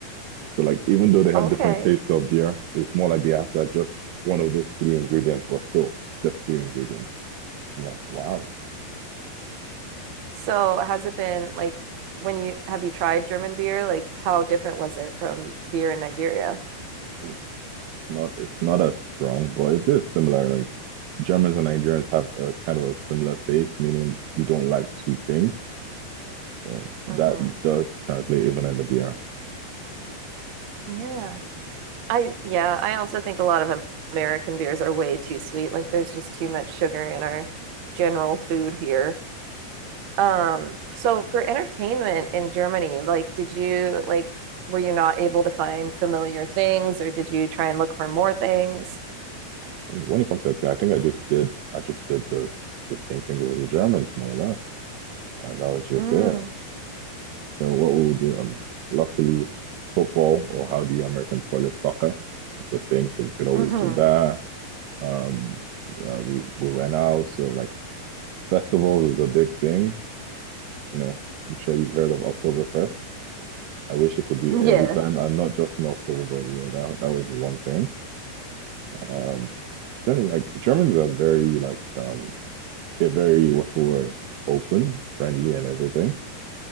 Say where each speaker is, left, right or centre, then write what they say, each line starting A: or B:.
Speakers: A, on the right (about 75°); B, on the right (about 60°).
A: So like even though they have
B: okay.
A: different tastes of beer, it's more like they have to adjust one of those three ingredients, but still just three ingredients. I'm like, wow,
B: So has it been like when you have you tried German beer? Like how different was it from beer in Nigeria?
A: it's not it's not as strong, but it is similar. Like Germans and Nigerians have a kind of a similar taste, meaning we don't like sweet things. So
B: hmm
A: that does translate even in the beer.
B: Yeah. I yeah, I also think a lot of Am- American beers are way too sweet. Like there's just too much sugar in our general food here. Um, so for entertainment in Germany, like did you like were you not able to find familiar things or did you try and look for more things?
A: And When it comes to tea, I think I just did I just did the the same thing as the Germans more or less. And that was just
B: Mm,
A: it. So what we would do, um, luckily, football, or how the Americans call it, soccer, is a thing. So we could always
B: hmm
A: do that. Um, uh, we we went out. So like festivals is a big thing. You know, I'm sure you've heard of Oktoberfest. I wish it could be
B: <laughs>
A: every
B: Yeah.
A: time, and not just in October, but yeah, that that was one thing. Um, generally, like Germans are very like um, they're very what's the word, open, friendly, and everything.